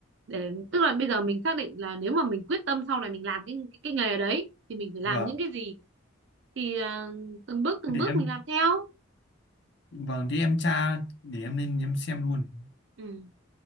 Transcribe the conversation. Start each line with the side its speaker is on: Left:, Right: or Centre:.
Right: để tức là bây giờ mình xác định là nếu mà mình quyết tâm sau này mình làm cái cái, cái nghề đấy thì mình phải làm
Left: Vâng.
Right: những cái gì thì à, từng bước từng
Left: Thế để
Right: bước
Left: em
Right: mình làm theo
Left: vâng thì em tra để em lên em xem luôn.
Right: ừ